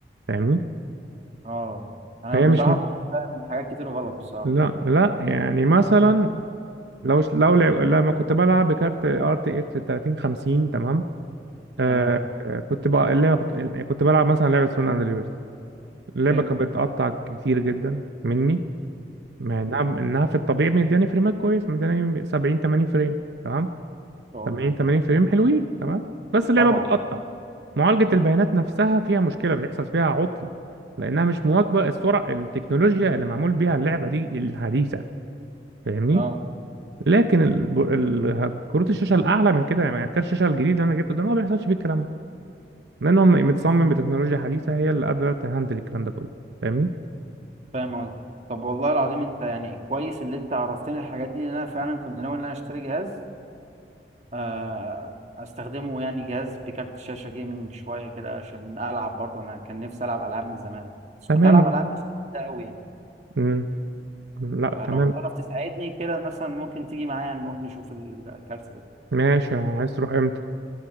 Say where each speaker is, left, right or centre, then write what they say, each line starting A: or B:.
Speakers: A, on the right (about 80°); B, on the right (about 40°).
A: فاهمني
B: اه انا
A: فهي
B: بصراحه
A: مش م-
B: كنت فاهم حاجات كتير غلط بصراحه
A: لا لا يعني مثلا لو لو لعب لما كنت بلعب بكارت ار تي اكس 3050 تمام آه
B: تمام
A: آه، كنت بقى اللعبه بت... كنت بلعب مثلا لعبه سون اند ليبرتي اللعبه
B: حلو
A: كانت بتقطع كتير جدا مني مع انها انها في الطبيعي مدياني فريمات كويسه مدياني 70 80 فريم تمام
B: شاء
A: 70
B: الله
A: 80 فريم حلوين تمام بس اللعبه
B: طبعا
A: بتقطع معالجه البيانات نفسها فيها مشكله بتحصل فيها عطل لانها مش مواكبه السرعه التكنولوجيا اللي معمول بيها اللعبه دي الحديثه فاهمني
B: اه
A: لكن الب- ال- كروت الشاشه الاعلى من كده يعني كارت الشاشه الجديد اللي انا جبته ده ما بيحصلش فيه الكلام ده لان هو م- متصمم بتكنولوجيا حديثه هي اللي قادره تهندل الكلام ده كله فاهمني
B: فاهم قصدي طب والله العظيم انت يعني كويس اللي انت عرفتني الحاجات دي لان انا فعلا كنت ناوي ان انا اشتري جهاز آه استخدمه يعني جهاز بكارت شاشه جيمنج شويه كده عشان العب برضه انا كان نفسي العب العاب من زمان بس
A: تمام
B: كنت العب
A: جدا
B: العاب مش كتير قوي يعني
A: مم. لا
B: فلو
A: تمام
B: تعرف تساعدني كده مثلا ممكن تيجي معايا نروح نشوف الكارت ده
A: ماشي عايز تروح امتى